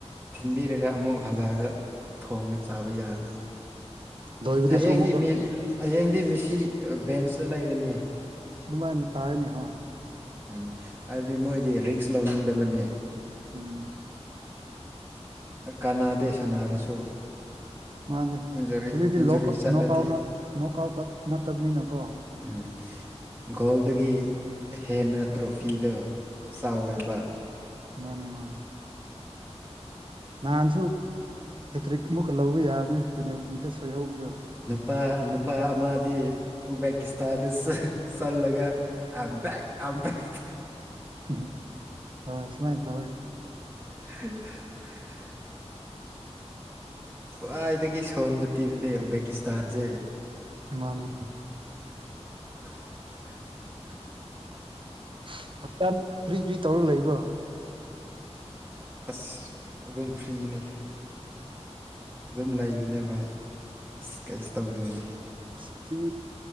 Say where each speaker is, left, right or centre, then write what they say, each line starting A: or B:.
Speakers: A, on the right; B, on the right.
A: ꯊꯤꯟꯕꯤꯔꯒ ꯑꯃꯨꯛ ꯍꯜꯂꯛꯑꯒ ꯊꯣꯡꯉ ꯆꯥꯕ ꯌꯥꯅ
B: ꯂꯣꯏꯕꯗꯁꯨ
A: ꯍꯌꯦꯡꯗꯤ
B: ꯑꯃꯨꯛꯀ
A: ꯃꯤ ꯍꯌꯦꯡꯗꯤ ꯃꯤꯁꯤ ꯚꯦꯟꯁꯇ ꯂꯩꯔꯅꯤ
B: ꯗꯨꯃꯥꯏꯅ ꯇꯥꯏꯅꯦ ꯍꯣꯏ
A: ꯎꯝ ꯍꯥꯏꯕꯗꯤ ꯃꯣꯏꯗꯤ ꯔꯤꯛꯁ ꯂꯧꯅꯤꯡꯗꯕꯅꯦ
B: ꯎꯝ
A: ꯀꯅꯥꯗꯦ ꯁꯥꯟꯅꯔꯁꯨ
B: ꯃꯥꯅꯦ
A: ꯏꯟꯖꯨꯔꯤ
B: ꯍꯧꯖꯤꯛꯇꯤ
A: ꯏꯟꯖꯨꯔꯤ
B: ꯂꯣꯛꯀꯞ
A: ꯆꯠꯂꯗꯤ
B: ꯅꯣꯛꯀꯥꯎꯅ ꯅꯣꯡꯀꯥꯎꯈꯛ ꯅꯠꯇꯕꯅꯤꯅꯀꯣ
A: ꯎꯝ ꯒꯣꯜꯗꯒꯤ ꯍꯦꯟꯅ ꯇ꯭ꯔꯣꯐꯤꯗꯣ ꯆꯥꯎꯑꯦꯕ
B: ꯃꯥꯟꯅꯦ ꯃꯥꯟꯅꯦ ꯅꯍꯥꯟꯁꯨ ꯍꯦꯇ꯭ꯔꯤꯛ ꯑꯃꯨꯛꯀ ꯂꯧꯕ ꯌꯥꯕꯅꯦ ꯄꯦꯅꯥꯜꯇꯤꯗ ꯁꯣꯏꯍꯧꯕꯗꯣ
A: ꯅꯨꯄꯥ ꯅꯨꯄꯥ ꯑꯃꯗꯤ ꯎꯕꯦꯛꯀꯤꯁꯇꯥꯟꯗ ꯆ ꯆꯜꯂꯒ I'm back I'm I'm back
B: ꯍꯝ ꯍꯝ ꯍꯣꯏ ꯁꯨꯃꯥꯏꯅ ꯇꯧꯋꯦ
A: <inaudible> ꯈ꯭ꯋꯥꯏꯗꯒꯤ ꯁꯣꯟꯕ ꯇꯤꯝꯅꯦ ꯎꯕꯦꯀꯤꯁꯇꯥꯟꯁꯦ
B: ꯃꯥꯟꯅꯦ
A: <inaudible>
B: <unintelligible> ꯀ꯭ꯔꯤ ꯀ꯭ꯔꯤ ꯇꯧꯔ ꯂꯩꯕꯣ
A: ꯑꯁ ꯑꯗꯨꯝ ꯐ꯭ꯔꯤꯅꯤ ꯑꯗꯨꯝ ꯂꯩꯕꯅꯦ ꯚꯥꯏ ꯑꯁ ꯀꯩꯁꯨ ꯇꯧꯗꯦꯅꯦ
B: ꯑꯁ ꯐ꯭ꯔꯤ